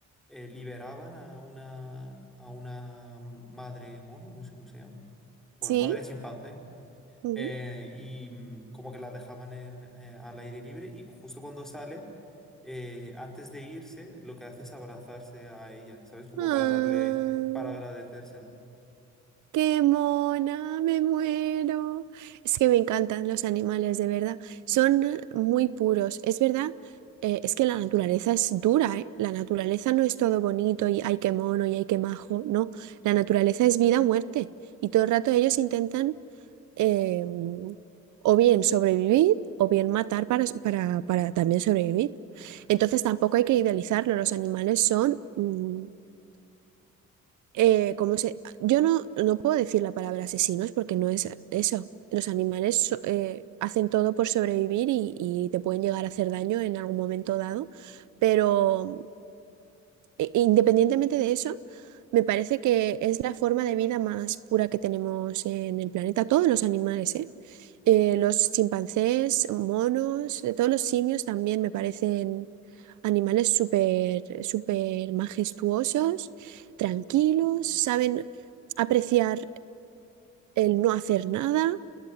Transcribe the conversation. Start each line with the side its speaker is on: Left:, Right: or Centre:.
Centre: eh, liberaban a una, a una madre mono, no sé cómo se llama. Bueno,
Right: Sí.
Centre: madre chimpancé.
Right: Ujú.
Centre: Eh, y mm, como que la dejaban en, eh, al aire libre y justo cuando sale, eh, antes de irse, lo que hace es abrazarse a ella, ¿sabes? Como
Right: Ah.
Centre: para darle, para agradecérselo.
Right: Qué mona, me muero. Es que me encantan los animales, de verdad. Son eh, muy puros. Es verdad, eh, es que la naturaleza es dura, ¿eh? La naturaleza no es todo bonito y ay, qué mono y ay, qué majo. No, la naturaleza es vida o muerte. Y todo el rato ellos intentan eh, o bien sobrevivir o bien matar para, para, para también sobrevivir. Entonces tampoco hay que idealizarlo. Los animales son mm, eh, ¿cómo se? Yo no, no puedo decir la palabra asesinos porque no es eso. Los animales so- eh, hacen todo por sobrevivir y, y te pueden llegar a hacer daño en algún momento dado, pero e- Independientemente de eso, me parece que es la forma de vida más pura que tenemos en el planeta. Todos los animales, ¿eh? Eh, los chimpancés, monos, eh, todos los simios también me parecen animales súper, súper majestuosos, tranquilos, saben apreciar el no hacer nada